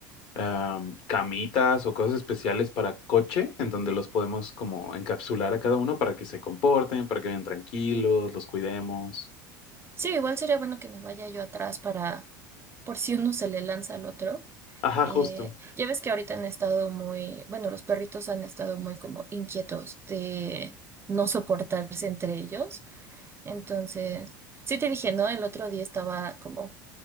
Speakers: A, on the left; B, on the right.
A: am, camitas o cosas especiales para coche, en donde los podemos como encapsular a cada uno para que se comporten, para que vayan tranquilos,
B: Sí,
A: los cuidemos.
B: Sí, igual sería bueno que me vaya yo atrás para, por si uno se le lanza al otro.
A: Ajá,
B: Eh,
A: justo.
B: ya ves que ahorita han estado muy, bueno, los perritos han estado muy como inquietos de no soportarse entre ellos. Entonces, sí te dije, ¿no? El otro día estaba como,